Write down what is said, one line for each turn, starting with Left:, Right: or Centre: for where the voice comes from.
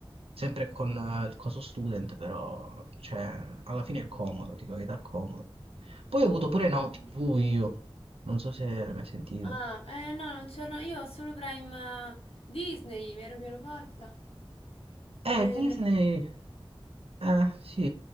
Right: Sempre con eh, il coso student, però, cioè, alla fine è comodo, dico la verità, è comodo. Poi ho avuto pure Now
Left: Mm.
Right: TV io, non so se l'hai mai sentito.
Left: Ah, eh no, non ce l'ho, io ho solo Prime eh, Disney, mi ero, mi ero fatta.
Right: Eh,
Left: Eh,
Right: Disney...
Left: no.
Right: Eh, sì,